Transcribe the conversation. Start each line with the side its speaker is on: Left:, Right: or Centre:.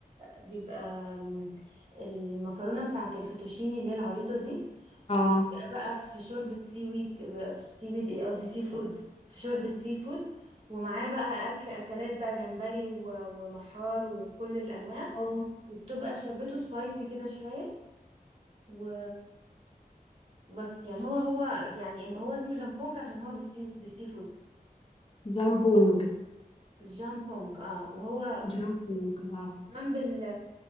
Right: بيبقى م- المكرونة بتاعة الفيتوشيني اللي هي العريضة دي
Left: اه
Right: وبيبقى بقى في شوربة سي ويد بقى في سي ويد ايه قصدي سي فود في شوربة سي فود ومعاه بقى أكل أكلات بقى جمبري و- ومحار وكل الأنواع
Left: الله
Right: وبتبقى شوربته سبايسي كده شوية و بس يعني هو هو يعني هو اسمه جامبونج عشان هو بالسي بالسي فود
Left: جامبونج
Right: جامبونج اه وهو
Left: جامبونج اه
Right: كمان بال